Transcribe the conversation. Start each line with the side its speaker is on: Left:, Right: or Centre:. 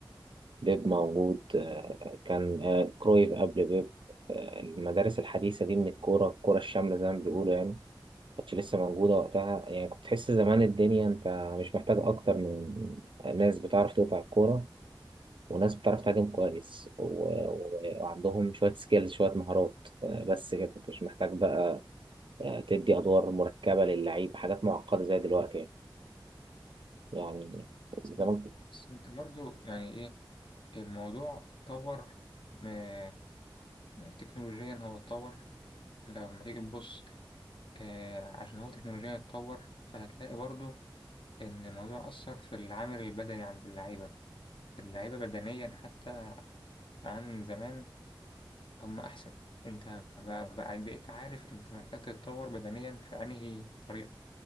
Right: بيب موجود آه، كان آه، كرويف قبل بيب آه، المدارس الحديثة دي من الكورة الكورة الشاملة زي ما بيقولوا يعني ما كانتش لسه موجودة وقتها يعني كنت تحس زمان الدنيا انت مش محتاج اكتر من ناس بتعرف تقطع الكورة وناس بتعرف تهاجم كويس و... و... وعندهم شوية سكيلز شوية مهارات آه، بس كده مش محتاج بقى آه، تدي أدوار مركبة للعيب حاجات معقدة زي دلوقتي يعني
Left: بس
Right: يعني زمان كنت-
Left: بس أنت برضو يعني إيه الموضوع اتطور آه، تكنولوجيا هو اتطور لما تيجي تبص آه، عشان هو تكنولوجيا اتطور فهتلاقي برضو إن الموضوع أثر في العامل البدني عند اللعيبة اللعيبة بدنيا حتى عن زمان هم أحسن أنت ب- بقى- بقيت عارف أنت محتاج تتطور بدنيا في أنهي طريقة